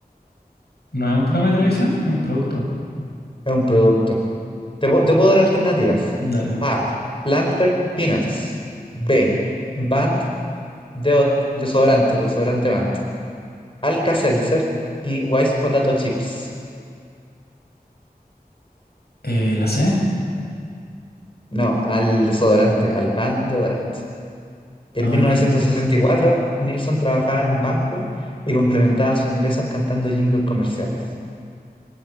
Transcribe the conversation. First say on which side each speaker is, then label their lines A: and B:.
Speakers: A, on the left; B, on the left.
A: No es un programa de televisión, es un producto.
B: Es un producto. Te, pu- te puedo dar alternativas.
A: Dale.
B: A. Planter Peanuts. B. Band de desodorante, desodorante Band. Alka-Seltzer y Wise Potato Chips.
A: Eh, ¿la C?
B: No, al desodorante, al Van deodorant. En
A: Ah,
B: 1964,
A: de ahí-
B: Nilsson trabajaba en un banco y complementaba sus ingresos cantando jingles comerciales.